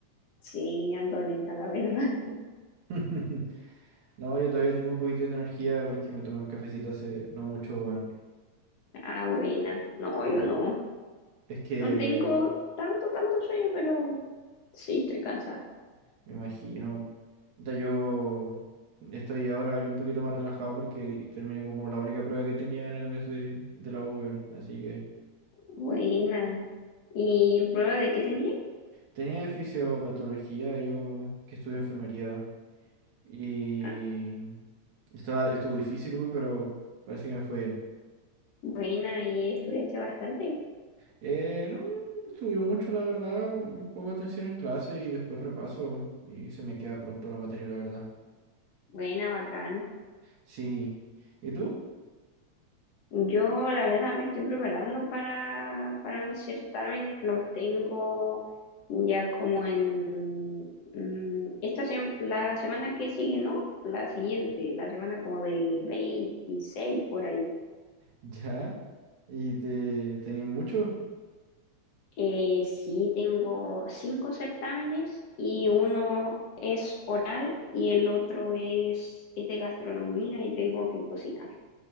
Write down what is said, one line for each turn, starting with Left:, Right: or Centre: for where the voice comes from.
Left: Sí, ando lenta, la verdad. <laughs>
Right: <laughs> No, yo todavía tengo un poquitito de energía porque me tomé un cafecito hace no mucho, weón.
Left: Ah, buena. No,
Right: Sí,
Left: yo no.
Right: es que
Left: No tengo tanto, tanto sueño, pero sí estoy cansada.
Right: me imagino. O sea, yo estoy ahora ya un poquito más relajado porque terminé como la única prueba que tenía en el mes de, de la U, weón. Así que
Left: Buena. ¿Y prueba de qué tenía?
Right: tenía de fisiopatología, yo que estudio enfermería. Y
Left: Ah,
Right: estaba, estuvo difícil, güey, pero parece que me fue bien.
Left: buena, y estudiaste bastante.
Right: Eh, no, no estudió mucho, la verdad. pon- Pongo atención en clase y después repaso y se me queda pronto la materia, la verdad.
Left: Buena, bacán.
Right: Sí. ¿Y tú? <laughs>
Left: Yo la verdad me estoy preparando para, para mis certámenes, los tengo ya como en mm, esta sem- la semana que sigue, ¿no? La siguiente, la semana como del 26 por ahí.
Right: Ya. ¿Y te tenés mucho?
Left: Eh, sí, tengo cinco certámenes y uno es oral y el otro es, es de gastronomía y tengo que cocinar.